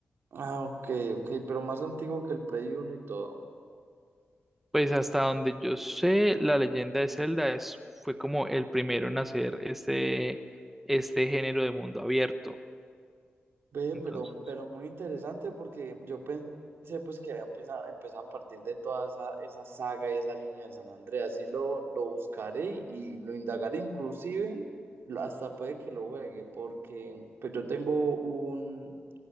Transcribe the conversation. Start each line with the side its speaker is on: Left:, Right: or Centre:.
Right: ah, ok, ok, pero más antiguo que el Play Uno y todo.
Centre: Pues hasta donde yo sé, la leyenda de Zelda es, fue como el primero en hacer este, este género de mundo abierto.
Right: Ve,
Centre: Entonces.
Right: pero, pero muy interesante porque yo pensé pues que había empezado, empezado a partir de toda esa, esa saga y esa línea de San Andreas y lo, lo buscaré y, y lo indagaré inclusive lo- hasta puede que lo juegue porque pues yo tengo un,